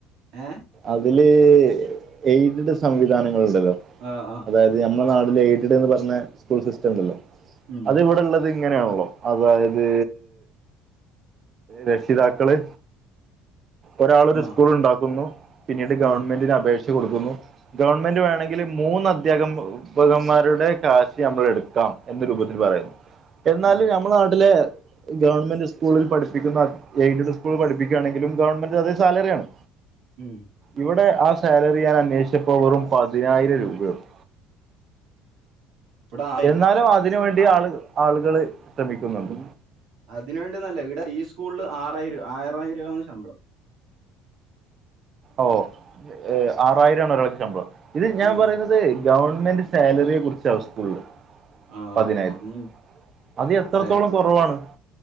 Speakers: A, on the right (about 70°); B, on the right (about 40°).
A: ഏഹ്
B: അതില് എയ്ഡഡ് സംവിധാനങ്ങള്ണ്ടല്ലോ
A: ആഹ് ആഹ്
B: അതായത് നമ്മളെ നാട്ടില് എയ്ഡഡ്ന്ന് പറഞ്ഞ സ്കൂള് സിസ്റ്റണ്ടല്ലോ
A: ഉം
B: അത് ഇവിടെള്ളത് ഇങ്ങനെയാണല്ലോ അതായത് രക്ഷിതാക്കള് ഒരാളൊരു
A: ആഹ്
B: സ്കൂള് ഇണ്ടാക്കുന്നു പിന്നീട് ഗവൺമെന്റിന്
A: ആഹ്
B: അപേക്ഷ കൊടുക്കുന്നു ഗവൺമെന്റ് വേണെങ്കില് മൂന്ന് അദ്ധ്യാഗബം പകന്മാരുടെ കാശ് നമ്മളെട്ക്കാം എന്ന രൂപത്തില് പറയും എന്നാലും
A: ഉം
B: ഞമ്മളെ നാട്ടില് ഗവൺമെന്റ് സ്കൂളിൽ പഠിപ്പിക്കുന്ന എയ്ഡ് സ്കൂള് പഠിപ്പിക്കാണെങ്കിലും ഗവൺമെന്റ് അതേ സാലറ്യാണ്
A: ഉം
B: ഇവിടെ ആ സാലറി ഞാൻ അന്വേഷിച്ചപ്പോ വെറും പതിനായിരം രൂപയൊള്ളു
A: ഇവിടെ ആയിരം
B: എന്നാലും അതിന് വേണ്ടി ആൾ ആളുകള് ശ്രമിക്കുന്നുണ്ട്
A: അതിനുവേണ്ടിന്നല്ല ഇടെ ഈ സ്കൂള്ല് ആറായിരു ആറായിരാണ് ശമ്പളം
B: ഓഹ് ആറായിരാണ് ഒരാള്ക്ക്‌ ശമ്പളം ഇത് ഞാൻ
A: ആഹ്
B: പറയ്ന്നത് ഗവൺമെന്റ് സാലറിയെ കുറിച്ചാണ് സ്കൂള്ല്
A: ആഹ്
B: പതിനായിരം
A: ഗവൺമെന്റ്
B: അത് എത്രത്തോളം
A: അല്ലെ
B: കൊറവാണ്